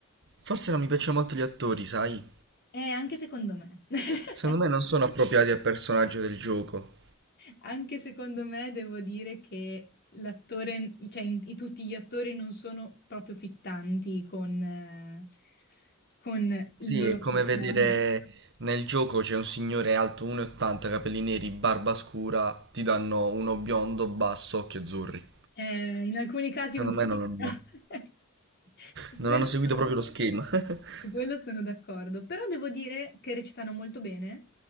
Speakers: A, on the right (about 55°); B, on the left (about 50°).
A: Forse non mi piacciono molto gli attori, sai?
B: E anche secondo me. <laughs>
A: Secondo me non sono appropriati al personaggio del gioco.
B: Anche secondo me devo dire che l'attore, cioè in- i- tutti gli attori non sono proprio fittanti con, eh, con il
A: Sì,
B: loro
A: è come
B: personaggio.
A: vedere nel gioco c'è un signore alto 1,80, capelli neri, barba scura, ti danno uno biondo, basso, occhi azzurri.
B: Eh, in alcuni casi
A: Secondo
B: un pochino.
A: me non hanno,
B: <laughs> Su
A: non
B: Quello
A: hanno seguito
B: sono,
A: proprio lo schema. <laughs>
B: su quello sono d'accordo, però devo dire che recitano molto bene